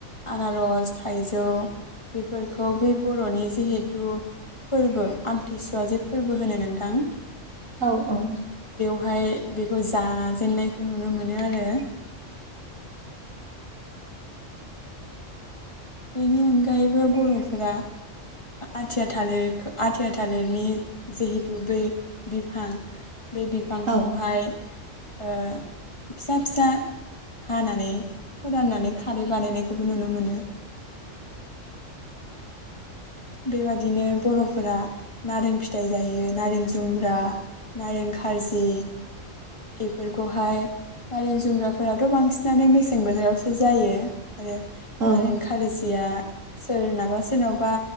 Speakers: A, on the left; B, on the right.
A: आनारस थाइजौ बेफोरखौ बै बरनि जिहेथु फोरबो आमथिसुवा जे फोरबो होनो नोंथां
B: औ औ
A: बेवहाय बेखौ जाजेननायखौ नुनो मोनो आरो बेनि अनगायैबो बरफोरा आथिया थालिर आथिया थालिरनि जिहेथु बै बिफां बे बिफांखौहाय
B: औ
A: ओ फिसा फिसा हानानै फोराननानै खारै बानायनायखौबो नुनो मोनो बेबादिनो बरफोरा नारें फिथाइ जायो नारें जुम्ब्रा नारें खारजि बेफोरखौहाय नारें जुम्ब्राफोराथ बांसिनानो मेसें बोथोरावसो जायो आरो
B: औ
A: नारें खारोजिया सोरनाबा सोरनावबा